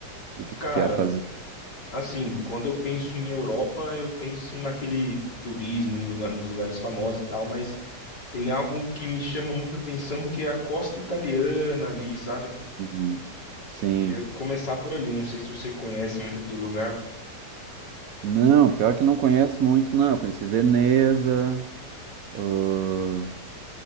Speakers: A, on the right; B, on the left.
A: do que tu
B: Cara,
A: quer fazer.
B: Assim, quando eu penso em Europa, eu penso naquele turismo, nos lugar- nos lugares famosos e tal, mas tem algo que me chama muita atenção que é a costa italiana ali, sabe?
A: Uhum. Sim.
B: Eu queria começar por ali, não sei se você conhece muito aquele lugar.
A: Não, pior que eu não conheço muito, não. Eu conheci Veneza, ah,